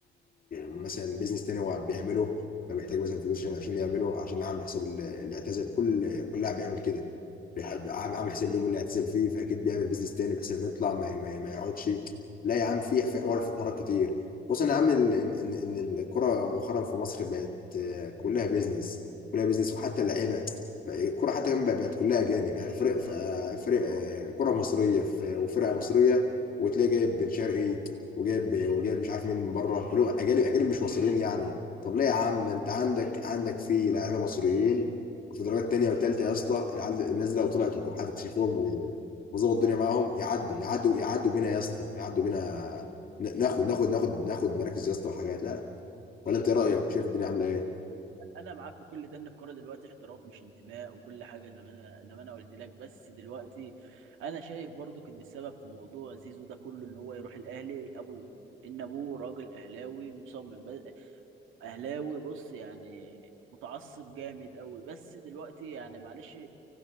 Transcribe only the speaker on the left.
مثلا بيزنس تاني هو بيعمله فمحتاج مثلا فلوس عشان عشان يعمله عشان اعمل حساب ال- اللي اعتزل كل كل لاعب بيعمل كده بيحب- عامل عامل حساب اليوم اللي اعتزل فيه فاكيد بيعمل بيزنس تاني بحيث لما يطلع ما, ي- ما, ي- ما يقعدش لا يا عم في في حوار في حوارات كتير خصوصا يا عم ان ان إن الكرة مؤخرا في مصر بقت آه، كلها بيزنس كلها بيزنس وحتى اللعيبه بقى الكرة حتى كمان بقى- بقت كلها أجانب يعني فرق ف- فرق آه، كرة مصرية في- وفرقة مصرية وتلاقي جايب بن شرقي وجايب وجايب مش عارف مين من بره كلهم أجانب أجانب مش مصريين يعني طب ليه يا عم ما أنت عندك عندك في لاعيبة مصريين في درجات تانية وتالتة يا اسطى العيال- الناس دي لو طلعت وحد اكتشفهم و- وظبط الدنيا معاهم يعدوا يعدوا يعدوا بينا يا اسطى يعدوا بينا ن- ناخد ناخد ناخد ناخد مراكز يا اسطى وحاجات لا لا ولا انت ايه رايك شايف الدنيا عامله